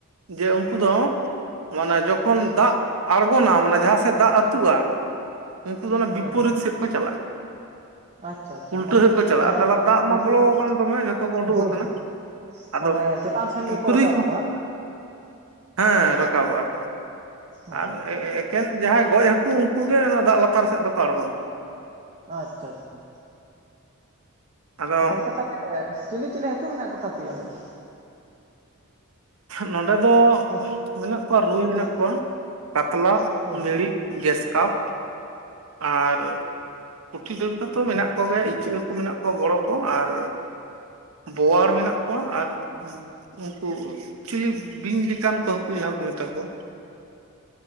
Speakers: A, on the right (about 70°); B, on the right (about 30°).
A: ᱡᱮ ᱩᱱᱠᱩ ᱫᱚ ᱢᱟᱱᱮ ᱡᱚᱠᱷᱚᱱ ᱫᱟᱜ ᱟᱬᱜᱚᱱᱟ ᱢᱟᱱᱮ ᱡᱟᱦᱟᱸ ᱥᱮᱫ ᱫᱟᱜ ᱟᱹᱛᱩᱜᱼᱟ ᱩᱱᱠᱩ ᱫᱚ ᱚᱱᱟ
B: ᱦᱳᱭ
A: ᱵᱤᱯᱚᱨᱤᱛ
B: ᱦᱳᱭ
A: ᱥᱮᱫ ᱠᱚ ᱪᱟᱞᱟᱜᱼᱟ
B: ᱟᱪᱪᱷᱟ ᱪᱟ
A: ᱩᱞᱴᱟᱹ
B: ᱢᱟᱱᱮ
A: ᱥᱮᱫ ᱠᱚ ᱪᱟᱞᱟᱜᱼᱟ ᱛᱟᱦᱚᱞᱮ ᱫᱟᱜ
B: ᱩᱱᱠᱩ
A: ᱢᱟ ᱵᱚᱞᱚ
B: ᱫᱚ
A: ᱟᱠᱟᱱ ᱫᱚᱢᱮ ᱡᱚᱛᱚ ᱠᱚ ᱩᱰᱩᱠ
B: ᱦᱳᱭ
A: ᱟᱠᱟᱱᱟ
B: ᱦᱳᱭ
A: ᱟᱫᱚ
B: ᱢᱟᱱᱮ ᱪᱮᱛᱟᱱ ᱥᱮᱱ
A: ᱯᱩᱠᱷᱨᱤ
B: ᱜᱮᱠᱚ ᱨᱟᱠᱟᱵᱚᱜᱼᱟ
A: ᱠᱚ
B: ᱵᱟᱝ
A: ᱦᱮᱸ ᱨᱟᱠᱟᱵᱚᱜᱼᱟ ᱠᱚ
B: ᱦᱳᱭ
A: ᱟᱨ ᱮ ᱮᱠᱮᱱ ᱡᱟᱦᱟᱸᱭ ᱜᱚᱡ ᱦᱟᱹᱠᱩ ᱩᱱᱠᱩ ᱜᱮ ᱚᱱᱟ ᱫᱟᱜ ᱞᱟᱛᱟᱨ ᱥᱮᱫ ᱫᱚᱠᱚ ᱟᱲᱜᱚᱱᱟ
B: ᱟᱪᱪᱷᱟ ᱪᱷᱟ
A: ᱟᱫᱚ
B: ᱦᱩᱸ ᱜᱚᱝᱠᱮ ᱛᱟ ᱮᱜ ᱪᱤᱞᱤ ᱪᱤᱞᱤ ᱦᱟᱹᱠᱩ ᱢᱮᱱᱟᱜ ᱠᱚᱛᱟ ᱯᱮᱭᱟ ᱚᱸᱰᱮ ᱫᱚ
A: ᱱᱚᱰᱮ ᱫᱚ
B: ᱪᱮᱫ
A: ᱢᱮᱱᱟᱜ ᱠᱚᱣᱟ ᱨᱩᱭ
B: ᱡᱟᱹᱛ
A: ᱢᱮᱱᱟᱜ
B: ᱨᱮᱱ
A: ᱠᱚᱣᱟ ᱠᱟᱛᱞᱟ
B: ᱦᱳᱭ
A: ᱢᱮᱲᱤᱠ ᱜᱮᱥᱠᱟᱯ ᱟᱨ ᱯᱩᱴᱷᱤ ᱰᱟ. ᱲᱠᱟᱹ ᱛᱚ ᱢᱮᱱᱟᱜ ᱠᱚᱜᱮᱭᱟ ᱤᱪᱟᱹᱜ ᱦᱟᱹᱠᱩ ᱢᱮᱱᱟᱜ ᱠᱚᱣᱟ ᱵᱚᱲᱚ ᱠᱚ ᱟᱨ ᱵᱳᱣᱟᱲ ᱢᱮᱱᱟᱜ ᱠᱚᱣᱟ ᱟᱨ ᱩᱝᱠᱩ ᱪᱤᱞᱤ ᱵᱤᱧ ᱞᱮᱠᱟᱱ ᱠᱚ ᱦᱟᱹᱠᱩ ᱡᱟᱦᱟᱸ ᱠᱚ ᱢᱮᱛᱟ ᱠᱚᱣᱟ